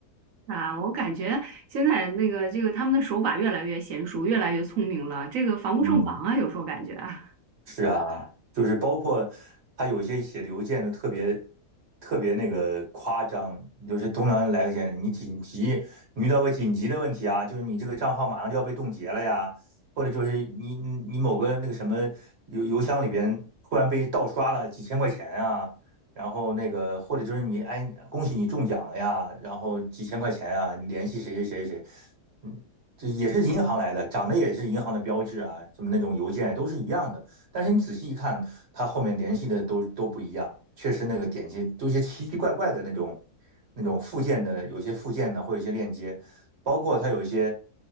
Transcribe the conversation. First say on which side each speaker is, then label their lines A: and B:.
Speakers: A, on the right; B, on the right.
A: 啊，我感觉现在那个这个他们的手法越来越娴熟，越来越聪明了，这个防不胜防啊，
B: 嗯。
A: 有时候感觉啊。
B: 是啊，就是包括他有些写邮件就特别特别那个夸张，就是通常来个先生，你紧急，你遇到个紧急的问题啊，就是你这个账号马上就要被冻结了呀，或者就是你你你某个那个什么邮邮箱里边忽然被盗刷了几千块钱啊，然后那个或者就是你哎恭喜你中奖了呀，然后几千块钱啊，你联系谁谁谁谁，嗯，这也是银行来的，长得也是银行的标志啊，什么那种邮件都是一样的。但是你仔细一看，他后面联系的都都不一样，确实那个点心都一些奇奇怪怪的那种那种附件的，有些附件呢，或有些链接，包括它有一些，